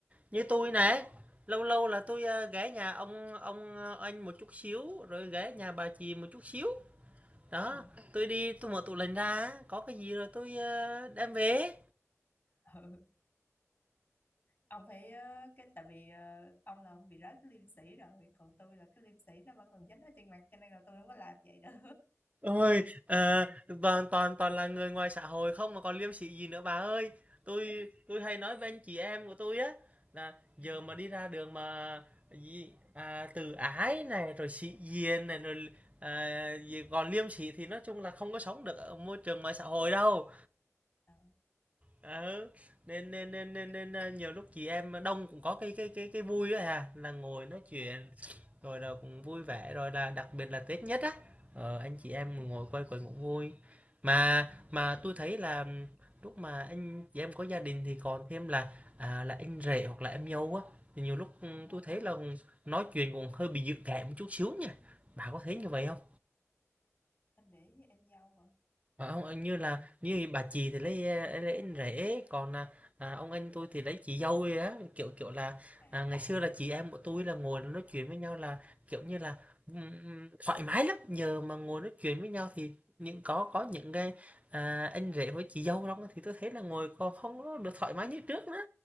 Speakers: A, on the right; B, on the left.
A: Như tôi
B: mỗi
A: này lâu lâu là tôi ơ, ghé nhà ông ông ờ, anh một chút xíu, rồi ghé nhà bà chị một chút xíu. Đó,
B: ừ.
A: tôi đi tôi mở tủ lạnh ra có cái gì rồi tôi ơ, đem về.
B: ừ. ông phải ờ, cái tại vì ờ, ông là ông bị rớt cái liêm sĩ rồi còn tôi là cái liêm sĩ nó vẫn còn dính ở trên mặt cho nên là tôi không có làm vậy được
A: Ôi, ờ, toàn toàn toàn là người ngoài xã hội không mà còn liêm sỉ gì nữa bà ơi. Tôi tôi hay nói với anh chị em của tôi á là
B: <laughs> ừ.
A: giờ mà đi ra đường mà gì à, từ ái này rồi sĩ diện này rồi à, gì còn liêm sỉ thì nói chung là không có sống được ở môi trường ngoài xã hội đâu.
B: ờ,
A: Ừ, nên nên nên
B: nhưng-
A: nên nên, nhiều lúc chị em đông cũng có cái cái cái cái vui á Hà, là ngồi nói chuyện
B: ờ,
A: rồi là cũng
B: ừ,
A: vui vẻ, rồi là đặc biệt là Tết nhất á, ờ, anh chị
B: ừ,
A: em ngồi quây quần cũng vui. Mà
B: ừ,
A: mà tôi thấy là lúc mà anh chị em có gia đình thì còn thêm là à, là anh rể hoặc là em dâu á thì nhiều lúc ừ,
B: ừ.
A: tôi thấy là nói chuyện cũng hơi bị dự cảm một chút xíu nha. Bà có thấy như vậy không?
B: anh để với em dâu hả
A: Ờ, ông anh như là như bà chị thì lấy eh, lấy anh rể còn à, à, ông anh tôi thì lấy chị dâu ấy á kiểu kiểu là
B: à
A: à, ngày xưa là chị em của tôi là ngồi nói chuyện với nhau là kiểu như là ừm, ừm, thoải mái lắm nhờ mà ngồi nói chuyện với nhau thì những có có những cái à, anh rể với chị dâu đó thì tôi thấy là ngồi còn không có được thoải mái như trước nữa